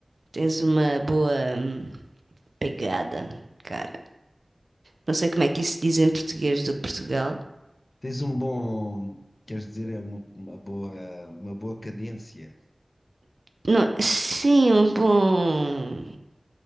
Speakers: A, on the right (about 70°); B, on the left (about 45°).
A: tens uma boa hum, pegada, cara. Não sei como é que isso se diz em português do Portugal.
B: Tens um bom, queres dizer, é uma, uma boa, uma boa cadência.
A: Não, sim, um bom.